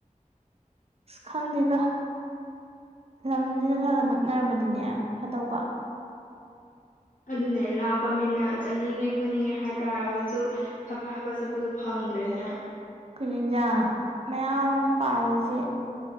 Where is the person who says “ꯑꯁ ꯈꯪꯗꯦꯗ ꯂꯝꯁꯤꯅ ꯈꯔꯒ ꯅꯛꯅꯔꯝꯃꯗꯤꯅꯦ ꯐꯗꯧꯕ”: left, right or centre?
Right